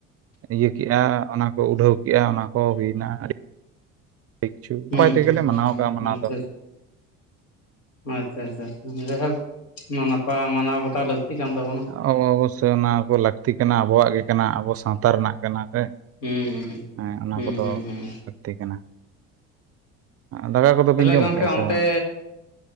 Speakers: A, on the right; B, on the left.
A: ᱤᱭᱟᱹ ᱠᱮᱜᱼᱟ ᱚᱱᱟ ᱠᱚ ᱩᱰᱷᱟᱹᱣ ᱠᱮᱜᱼᱟ ᱚᱱᱟ ᱠᱚ ᱦᱩᱭᱱᱟ ᱟᱹᱰᱤ ᱠᱤᱪᱷᱩ ᱩᱯᱟᱭ
B: ᱦᱩᱸ
A: ᱛᱮ
B: ᱦᱩᱸ
A: ᱜᱮᱞᱮ ᱢᱟᱱᱟᱣ
B: ᱦᱩᱸ ᱦᱩᱸ
A: ᱟᱠᱟᱫᱟ ᱢᱟᱱᱟᱣ
B: ᱟᱪᱪᱷᱟ
A: ᱫᱚ ᱾
B: ᱟᱪᱪᱷᱟ ᱟᱪᱪᱷᱟ ᱡᱟᱭᱦᱳᱠ ᱱᱟᱯᱟᱭ ᱢᱟᱱᱟᱣ ᱵᱟᱛᱟᱣ ᱞᱟᱹᱠᱛᱤ ᱠᱟᱱ ᱛᱟᱵᱚᱱᱟ ᱾
A: ᱚ ᱚᱵᱚᱥᱳᱭ ᱚᱱᱟ ᱠᱚ ᱞᱟᱹᱠᱛᱤ ᱠᱟᱱᱟ ᱟᱵᱚᱣᱟᱜ ᱜᱮ ᱠᱟᱱᱟ ᱟᱵᱚ ᱥᱟᱶᱛᱟ ᱨᱮᱱᱟᱜ ᱠᱟᱱᱟ ᱥᱮ
B: ᱦᱩᱸ
A: ᱾
B: ᱦᱩᱸ
A: ᱦᱮᱸ ᱚᱱᱟ
B: ᱦᱩᱸ
A: ᱠᱚᱫᱚ
B: ᱦᱩᱸ ᱦᱩᱸ
A: ᱞᱟᱹᱠᱛᱤ ᱠᱟᱱᱟ ᱾ ᱫᱟᱠᱟ ᱠᱚᱫᱚ
B: ᱛᱟᱦᱚᱞᱮ
A: ᱵᱤᱱ ᱡᱚᱢ
B: ᱜᱚᱢᱠᱮ
A: ᱠᱮᱜᱼᱟ ᱥᱮ
B: ᱚᱱᱛᱮ
A: ᱵᱟᱝ?